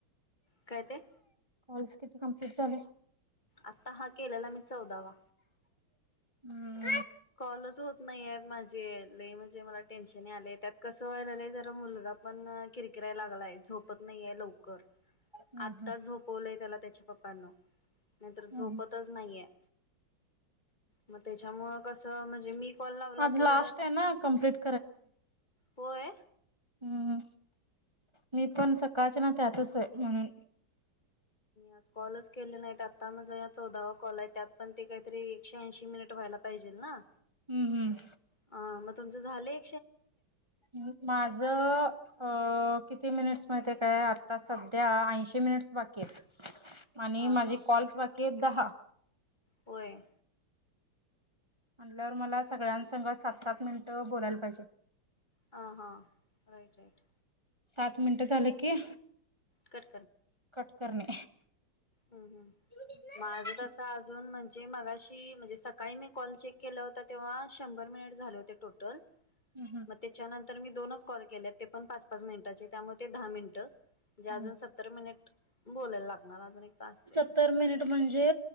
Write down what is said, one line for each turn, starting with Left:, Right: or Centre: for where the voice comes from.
Left: काय ते?
Right: कॉल्स किती कंप्लीट झाले?
Left: आता हा केलेला मी चौदावा.
Right: हम्म
Left: कॉलच होत नाही आहेत माझे लय म्हणजे मला टेन्शन यालेय, त्यात कसं व्हायलालय जरा मुलगा पण कीर कीराय लागलाय झोपत नाहीेय लवकर,
Right: हम्म
Left: आता
Right: हम्म
Left: झोपवलंय त्याला त्याच्या पप्पांना नाहीतर
Right: हम्म
Left: झोपतच नाही आहे. मग त्याच्यामुळं कस म्हणजे मी कॉल लावला
Right: आज
Left: तर
Right: लास्ट आहे ना कम्प्लीट
Left: होय
Right: हम् मी पण सकाळच ना त्यातच आहे म्हणून
Left: आज कॉलच केले नाहीत आता माझा ह चौदावा कॉल आहे त्यात पण ते काहीतरी एकशे ऐंशी मिनिट व्हायला पाहिजे ना
Right: हम्म हम्म
Left: अ मग तुमचं झाले
Right: ् माझ अ किती मिनिट्स माहिती काय आता सध्या ऐंशी मिनिट्स बाकी आहेत आणि
Left: ह
Right: माझे
Left: हां
Right: कॉल्स बाकी आहेत दहा
Left: होय
Right: म्हल्यावर मला सगळ्यांसग सात सात मिनिटं बोलायला पाहिजे
Left: ह हा रईट राईट
Right: सात मिनिट झालं की
Left: कट
Right: कट करणे
Left: हम् हम
Right: हम्म
Left: माझ तस अजून म्हणजे मगाशी म्हणजे सकाळी मी कॉल चेक केला होता तेव्हा शंभर टोटल
Right: हम्म
Left: मग त्याच्यानंतर मी दोनच कॉल केले ते पण पाच पाच मिनिटाचे त्यामुळे ते दहा मिनिट म्हणजे अजून
Right: हम्म.
Left: सत्तर मिनिट बोलायला लागणार अजून एक तासभर
Right: सत्तर मिनिट म्हणजे